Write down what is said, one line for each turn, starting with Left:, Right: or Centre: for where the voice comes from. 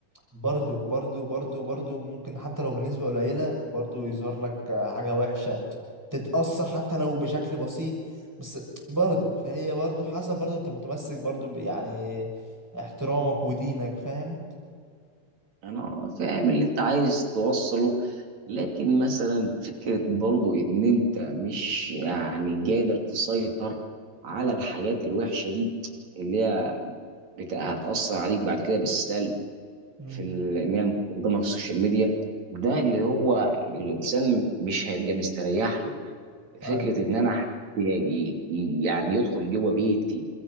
Centre: برضو برضو برضو برضو ممكن حتى لو بنسبة قليلة برضو يظهر لك آه، حاجة وحشة تتأثر حتى لو بشكل بسيط بس برضو فهي برضو حسب برضو انت متمسك برضو ب- يعني احترامك ودينك فاهم
Right: انا فاهم اللي انت عايز توصله لكن مثلا فكرة برضو ان انت مش يعني قادر تسيطر على الحاجات الوحشة دي اللي هي بت- هتأثر عليك بعد كده بالسلب
Centre: امم
Right: في ال- ان هي المقدمة في السوشيال ميديا ده اللي هو الانسان مش هيبقى مستريح له
Centre: ايوه
Right: فكرة ان انا حد ي- ي- يعني يدخل جوه بيتي